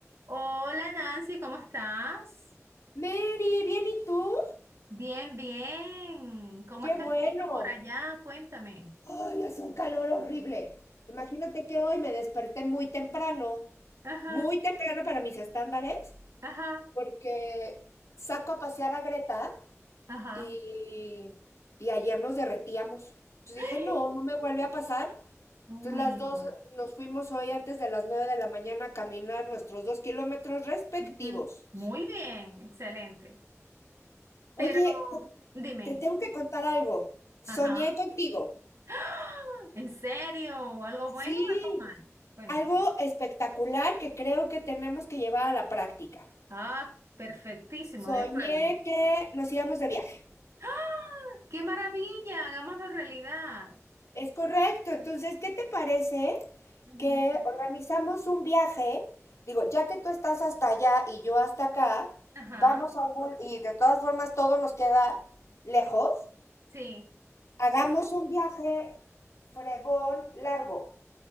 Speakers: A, on the right; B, on the left.
A: Hola Nancy, ¿cómo estás?
B: Mary, ¿bien y tú?
A: Bien, bien. ¿Cómo
B: Qué
A: está
B: bueno.
A: el clima por allá? Cuéntame.
B: Ay, hace un calor horrible. Imagínate que hoy me desperté muy temprano,
A: Ajá,
B: muy temprano para mis estándares,
A: ajá,
B: porque saco a pasear a Greta
A: ajá.
B: y, y ayer nos derretíamos. Entonces dije,
A: <gasps>
B: no, no me vuelve a pasar.
A: Uy.
B: Entonces las dos nos fuimos hoy antes de las nueve de la mañana a caminar nuestros dos kilómetros respectivos.
A: ujú. Muy bien, excelente. Pero
B: Oye, te
A: dime,
B: te tengo que contar algo.
A: ajá.
B: Soñé contigo.
A: <gasps> ¡Ah! ¿En serio? ¿Algo bueno
B: Sí.
A: o algo malo? Cuéntame.
B: Algo espectacular que creo que tenemos que llevar a la práctica.
A: Ah, perfectísimo,
B: Soñé
A: de acuerdo.
B: que nos íbamos de viaje.
A: ¡Ah! ¡Qué maravilla! Hagámoslo realidad.
B: Es correcto. Entonces, ¿qué te parece
A: Ujú,
B: que organizamos un viaje? Digo, ya que tú estás hasta allá y yo hasta acá,
A: Ajá,
B: vamos a algún, y de todas formas todo nos queda lejos,
A: sí.
B: hagamos un viaje fregón largo.